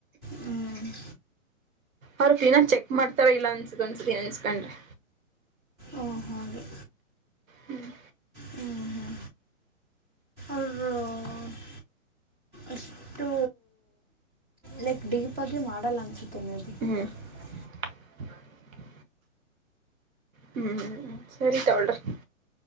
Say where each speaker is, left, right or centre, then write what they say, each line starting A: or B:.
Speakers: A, on the right; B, on the right.
A: ಹ್ಞ
B: ಅವ್ರ ಫೀಿನ ಚೆಕ್ ಮಾಡ್ತಾರ ಇಲ್ಲ ಅನ್ಸುದ ಅನ್ಸುದನ್ ಅನ್ಸ್ಕೊಂಡ್ರಿ
A: ಓ ಹಾಗೆ
B: ಹ್ಮ್
A: ಹ್ಞೂ ಹ್ಞೂ ಅವರು ಅಷ್ಟು ಲೈಕ್, ಡೀಪಾಗಿ, ಮಾಡಲ್ಲ! ಅನಿಸುತ್ತೆ, ಮೇ, ಬಿ. <unintelligible>
B: ಹ್ಮ್ <inaudible> <unintelligible> ಹ್ಮ್, ಹ್ಮ್, ಹ್ಮ್, ಸರಿ, ತಕೋಲ್ರಿ.